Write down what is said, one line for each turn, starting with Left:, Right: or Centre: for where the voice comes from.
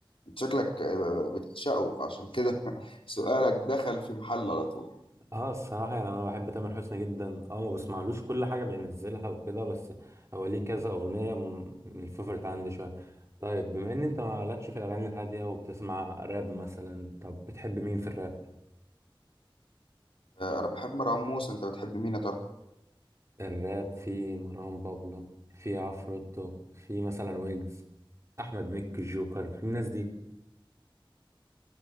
Left: أنت شكلك آه، بتعشقه فعشان كده <laughs> سؤالك دخل في محل على طول
Right: اه الصراحه يعني انا بحب تامر حسني جدا اه ما بسمعلوش كل حاجه بينزلها وكده بس هو ليه كذا اغنيه من الفيفوريت عندي شويه طيب بما ان انت مالكش في الاغاني الهاديه وبتسمع راب مثلا طب بتحب مين في الراب
Left: آه أنا بحب مروان موسى أنت بتحب مين يا ترى؟
Right: الراب في مروان بابلو في عفروتو في مثلا ويجز احمد مكي الجوكر في الناس دي